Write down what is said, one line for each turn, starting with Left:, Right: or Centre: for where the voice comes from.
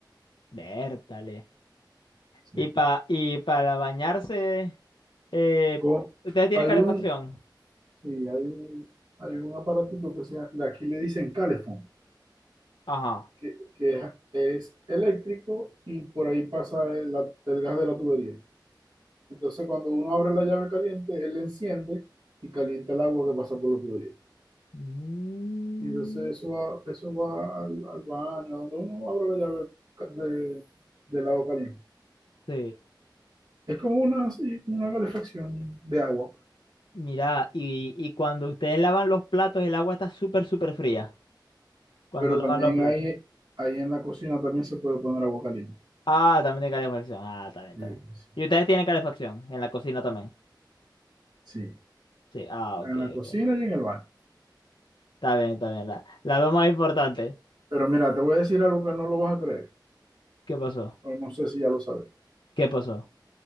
Left: Vértale.
Right: Sí.
Left: Y, pa, y para bañarse, eh,
Right: Co-
Left: ¿ustedes tienen
Right: hay
Left: calefacción?
Right: un, sí, hay un, hay un aparatito que se llama, aquí le dicen calefón.
Left: Ajá.
Right: que, que es, eléctrico y por ahí pasa el, la- el gas de la tubería. Entonces, cuando uno abre la llave caliente, él la enciende y calienta el agua que pasa por la tubería.
Left: mm.
Right: Y entonces eso va, eso va al, al baño, donde uno abre la llave ca- de, del agua caliente.
Left: Sí.
Right: Es como una, sí, como una calefacción de agua,
Left: Mira, y, y cuando ustedes lavan los platos, el agua está súper, súper fría. Cuando
Right: pero
Left: lavan
Right: también
Left: los platos.
Right: ahí ahí en la cocina también se puede poner agua caliente.
Left: Ah, también de calefacción. Ah, está bien, está
Right: Sí,
Left: bien.
Right: sí,
Left: Y ustedes tienen calefacción en la cocina también.
Right: sí.
Left: Sí, ah,
Right: en
Left: ok,
Right: la cocina
Left: ok.
Right: y en el baño.
Left: Está bien, está bien. La, la dos más importante.
Right: Pero mira, te voy a decir algo que no lo vas a creer,
Left: ¿Qué pasó?
Right: o no sé si ya lo sabes.
Left: ¿Qué pasó?